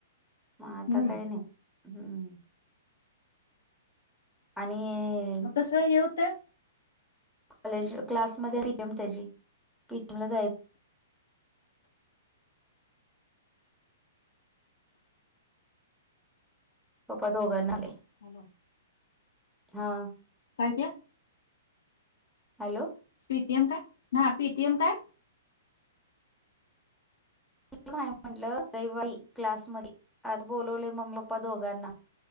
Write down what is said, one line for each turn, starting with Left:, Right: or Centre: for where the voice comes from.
Centre: मग आता
Left: हम्म
Centre: काही नाही. हम्म. आणि
Left: मग तसं हे होतं.
Centre: कॉलेज क्लासमध्ये पी-टी-एम त्याची पी-टी-एम ला जाय पप्पा दोघनाने.
Left: हॅलो.
Centre: हा.
Left: काय ते.
Centre: हॅलो.
Left: पी-टी-एम काय हा पी-टी-एम काय?
Centre: म्हटलं, रविवारी क्लास मध्ये आज बोलवले मम्मी-पप्पा दोघांना.